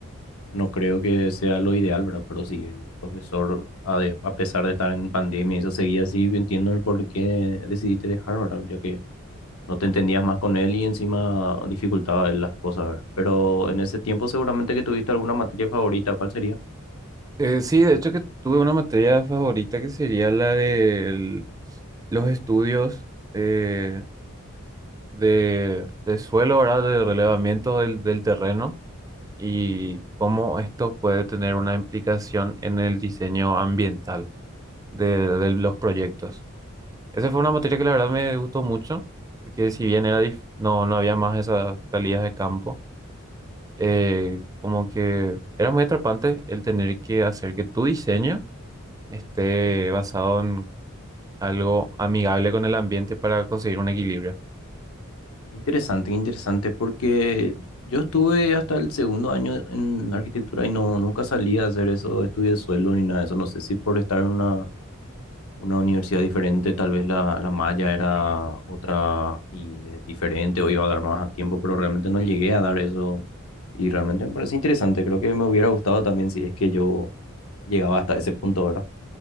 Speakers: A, on the left (about 90°); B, on the right (about 15°).
A: no creo que sea lo ideal, ¿verdad? Pero sí, el profesor, a, de- a pesar de estar en pandemia, y eso seguía así. Entiendo el por qué decidiste dejar, ¿verdad? Ya que no te entendías más con él y encima dificultaba él las cosas, ¿verdad? Pero en ese tiempo seguramente que tuviste alguna materia favorita, ¿cuál sería?
B: Eh, sí, de hecho que tuve una materia favorita que sería la de los estudios eh, de, de suelo, ¿verdad? De relevamiento del, del terreno y cómo esto puede tener una implicación en el diseño ambiental de, de los proyectos. Esa fue una materia que la verdad me gustó mucho, porque si bien era dif- no, no había más esas salidas de campo, eh, como que era muy atrapante el tener que hacer que tu diseño esté basado en algo amigable con el ambiente para conseguir un equilibrio.
A: Interesante, interesante, porque yo estuve hasta el segundo año en arquitectura y no, nunca salí a hacer eso, estudios de suelo ni nada de eso. No sé si por estar en una, una universidad diferente, tal vez la, la malla era otra y eh, diferente o iba a dar más a tiempo, pero realmente no llegué a dar eso. Y realmente me parece interesante, creo que me hubiera gustado también si es que yo llegaba hasta ese punto ahora.